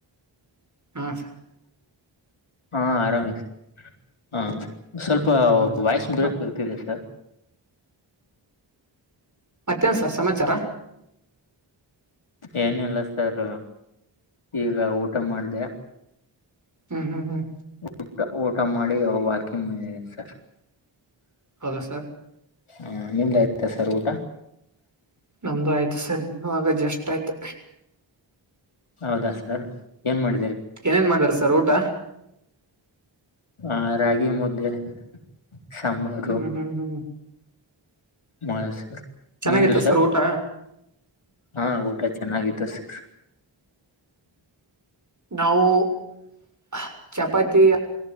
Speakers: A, on the right (about 35°); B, on the left (about 80°).
A: ಹಾ ಸರ್
B: ಹಾ ಆರಾಮ ಹಾ ಸ್ವಲ್ಪ
A: ಹಾ ಸರ್.
B: ವಯಸ್ಸ ಬ್ರೇಕ್
A: ಮತ್
B: ಇಗ್ತಿದೆ ಸರ್
A: ಮತ್ತೇನ್ ಸರ್ ಸಮಾಚಾರ
B: ಏನಿಲ್ಲ ಸರ್ ಈಗ ಊಟ ಮಾಡ್ದ
A: ಹ್ಮ್ ಹ್ಮ ಹ್ಮ್
B: ಊಟ ಊಟ ಮಾಡಿ ವಾಕಿಂಗ್ ಬಂದೀನಿ ಸರ್
A: ಹೌದಾ ಸರ್
B: ಹಾ ನಿಮ್ದ ಸರ್ ಊಟಾ
A: ನಮ್ದು ಆಯ್ತು ಸರಿ ಇ ಆಗ ಜಸ್ಟ್ ಆಯ್ತು
B: ಹೌದಾ ಸರ್ ಏನ್ ಮಾಡ
A: ಏನೇನ್ ಮಾಡ್ಬೇರ ಸರ್ ಊಟ
B: ಹಾ ರಾಗಿ ಮುದ್ದೆ ಸಾಂಬಾರು
A: ಹ್ಮ ಹ್ಮ್
B: ಮಯ
A: ಚೆನ್ನಾಗಿತ್ತ
B: ನಿಮ್ದು ಸರ್
A: ಊಟ
B: ಹಾ ಊಟ ಚೆನ್ನಾಗಿ ತಸಿಸಿ
A: ನಾವು ಚ ಚಪಾತಿ